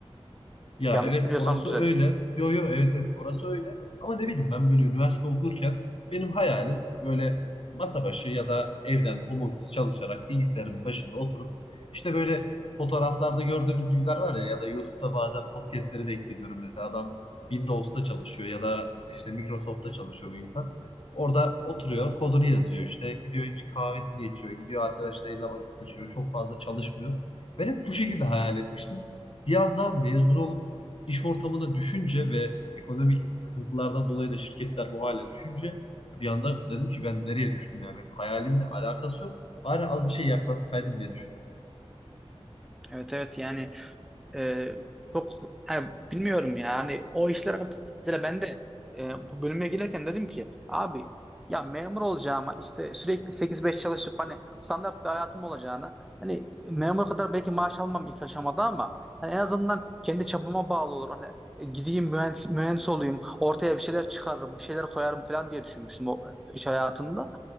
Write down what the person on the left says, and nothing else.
Ya
evet
orası
öyle. Yo yo evet evet orası öyle. Ama ne bileyim ben böyle üniversite okurken benim hayalim böyle masa başı ya da evden home office çalışarak bilgisayarın başında oturup işte böyle fotoğraflarda gördüğümüz gibiler var ya ya da YouTube'da bazen podcastlere denk geliyorum. Mesela adam Windows'ta çalışıyor ya da işte Microsoft'ta çalışıyor bu insan. Orada oturuyor, kodunu yazıyor işte. Gidiyor hiç kahvesini içiyor. Gidiyor arkadaşlarıyla vakit geçiriyor. Çok fazla çalışmıyor. Ben hep bu şekilde hayal etmiştim. Bir anda mezun olup İş ortamına düşünce ve ekonomik sıkıntılardan dolayı da şirketler bu hale düşünce bir anda dedim ki ben nereye düştüm yani benim hayalimle alakası yok. Bari az bir şey yaklaşsaydım diye düşündüm.